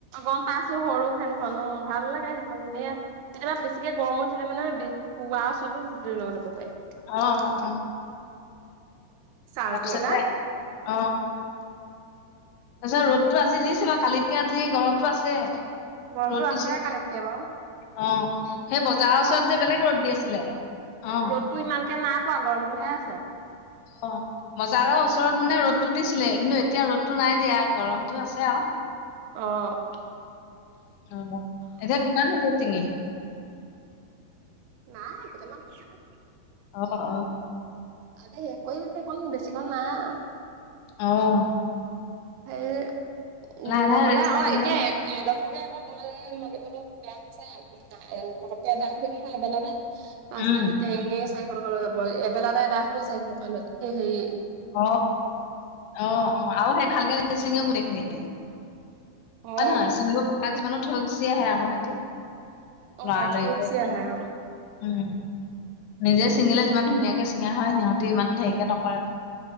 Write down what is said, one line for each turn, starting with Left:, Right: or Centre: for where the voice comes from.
Right: গম পাইছো সৰু ফেনখনো ভাল লাগে সেইখন এনেই কেতিয়াবা বেছিকে গৰম উঠিলে মানে হোৱাৰ ওচৰতো জুলি লৈ ল'ব পাৰি।
Left: অ অ
Right: চাৰ্জ
Left: তাৰপিছতে
Right: লগা
Left: অ তাৰপিছত ৰ'দতো আজি দিছে বা কালিতকে আজি গৰমটো আছে।
Right: গৰমটো
Left: ৰ'দ
Right: আছে
Left: দিছে,
Right: কালিতকে বাৰু
Left: অ সেই বজাৰৰ
Right: হ'লেও
Left: ওচৰত যে বেলেগ ৰ'দ দি আছিলে? অ
Right: ৰ'দতো ইমানকে নাই পোৱা গৰমটোহে আছে।
Left: অ বজাৰৰ ওচৰত মানে ৰ'দতটো দিছিলে কিন্তু এতিয়া ৰ'দটো নাই দিয়া গৰমটো আছে আও।
Right: অ
Left: অ এতিয়া কিমান হৈছে চিঙি।
Right: নাই কেইটামান হৈছেহে
Left: অ অ
Right: আজি শেষ কৰি দিম নেকি, অকণ বেছিকণ নাই
Left: অ
Right: হেই উ
Left: লাহে লাহে
Right: নহ'লে
Left: ৰেষ্ট
Right: অ
Left: লৈ
Right: এতিয়া
Left: লৈ
Right: এদশকে আমাৰ বঙালে মাতিবলৈ বেয়াক ছেয়াক <unintelligible> ওম নাই পতককে এদায় হৈ থাকিব নহয় এবেলাতে তাৰপাছতে
Left: উম,
Right: তেতিয়া এনেই চাৰিশ টকা লৈ যাব এবেলা এদায় হলেও চাৰিশ টকা লয় সেই হেৰিয়ে
Left: অ অহ অ আও নহয় <unintelligible>
Right: অ',
Left: কিছুমানত থৈ গুচি আহে আকৌ সিহতি,
Right: অ',
Left: লৰালৰিকে
Right: থৈ গুচি
Left: এনে
Right: আহে অ'।
Left: উম নিজে ছিঙিলে যিমান ধুনীয়াকে ছিঙা হয় সিহঁতে ইমান হেৰিকে নকৰে।